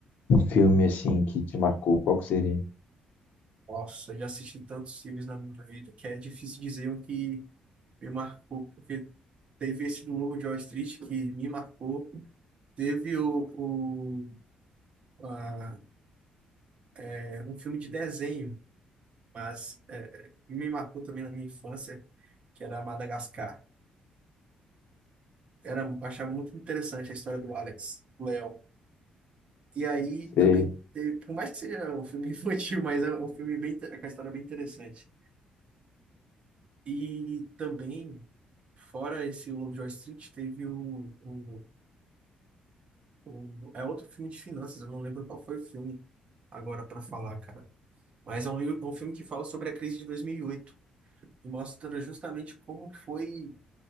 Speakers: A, on the left (about 75°); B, on the right (about 45°).
A: Um filme assim que te marcou, qual que seria?
B: Nossa, já assisti tantos filmes na minha vida que é difícil dizer um que me marcou, porque Teve esse do Lobo de Wall Street que me marcou. Teve o, o, a- é, um filme de desenho, mas é, é, me marcou também na minha infância, que era Madagascar. Era, eu achava muito interessante a história do Alex, o leão. E aí também,
A: Você
B: teve, por mais que seja um filme infantil, <laughs> mas é um filme bem, com a história bem interessante. E também, fora esse Lobo de Wall Street, teve o, o, o- É outro filme de finanças, eu não lembro qual foi o filme agora para falar, cara. Mas é um livro, é um filme que fala sobre a crise de 2008 e oito e mostra justamente como foi